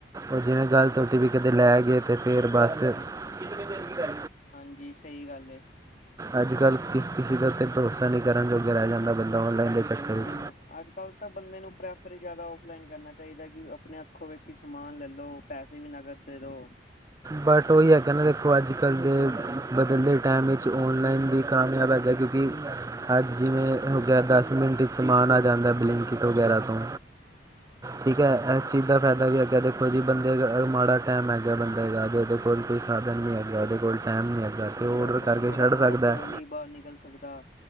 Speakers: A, on the right; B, on the left.
A: ਉਹ ਜਿਵੇਂ ਗਲਤ ਓ ਟੀ ਪੀ ਕਦੇ ਲੈ ਗਏ ਤਾਂ ਫਿਰ ਬਸ ਹਾਂ।
B: ਹਾਂਜੀ, ਸਹੀ ਗੱਲ ਏ।
A: ਅੱਜ ਕੱਲ੍ਹ ਕਿਸ -ਕਿਸੇ ਤੇ ਭਰੋਸਾ ਨਹੀਂ ਕਰਨ ਜੋਗੇ ਰਹਿ ਜਾਂਦਾ ਬੰਦਾ ਔਨਲਾਈਨ ਦੇ ਚੱਕਰ
B: ਹਾਂ
A: ਵਿੱਚ।
B: ਅੱਜ ਕੱਲ ਤਾਂ ਬੰਦੇ ਨੂੰ ਪ੍ਰੈਫਰ ਹੀ ਜ਼ਿਆਦਾ ਔਫਲਾਈਨ ਕਰਨਾ ਚਾਹੀਦਾ ਕਿ ਆਪਣੇ ਅੱਖੋ ਵੇਖ ਸਮਾਨ ਲੈ ਲੋ, ਪੈਸੇ ਵੀ ਨਗਦ ਦੇ ਦੋ।
A: ਬਟ ਉਹੀ ਹੈਗਾ ਹਿਨਾ ਦੇਖੋ ਅੱਜ ਕੱਲ੍ਹ ਦੇ, ਬਦਲਦੇ ਟਾਈਮ ਵਿੱਚ ਔਨਲਾਈਨ ਵੀ ਕਾਮਯਾਬ ਹੈਗਾ। ਕਿਉਂਕਿ ਅੱਜ ਜਿਵੇਂ ਹੋ ਗਿਆ ਦਸ ਮਿੰਟ ਚ' ਸਮਾਨ ਆ ਜਾਂਦਾ ਬਲਿੰਕਿਟ ਵਗੈਰਾ ਤੋਂ।
B: <inaudible>
A: ਠੀਕ ਹੈ
B: ਹਾਂ
A: ਇਸ ਚੀਜ਼
B: ਸਹੀ
A: ਦਾ ਫਾਇਦਾ
B: ਗੱਲ
A: ਵੀ
B: ਏ
A: ਹੇਗਾ ਦੇਖੋ ਬੰਦੇ ਅ ਮਾੜਾ ਟਾਈਮ ਹੈਗਾ ਬੰਦਾ ਉਹਦੇ ਕੋਲ ਕੋਈ ਸਾਧਨ ਨੀ ਹੈਗਾ ਉਹਦੇ ਕੋਲ ਟਾਈਮ ਨੀ ਹੈਗਾ। ਅਤੇ
B: ਇਹੀ
A: ਉਹ
B: ਗੱਲ
A: ਔਡਰ
B: ਹੈ
A: ਕਰਕੇ
B: ਹੁਣ ਕਿਹੜਾ
A: ਛੱਡ
B: ਬੰਦਾ
A: ਸਕਦਾ
B: ਘਰੋਂ
A: ਹੈ।
B: ਨੀ ਬਾਹਰ ਨਿਕਲ ਸਕਦਾ।